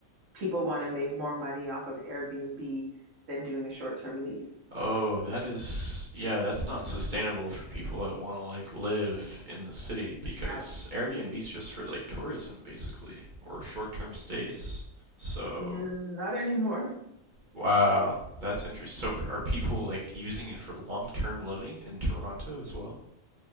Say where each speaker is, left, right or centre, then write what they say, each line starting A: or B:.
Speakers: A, on the right; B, on the right.
A: people want to make more money off of Airbnb than doing a short-term lease.
B: Oh, that is, yeah, that's not sustainable for people that want to like live in the city because
A: Yeah.
B: Airbnb's just for like tourism basically or short-term stays. So,
A: Mm, Not anymore.
B: wow, that's interesting. So, p- are people like using it for long-term living in Toronto as well?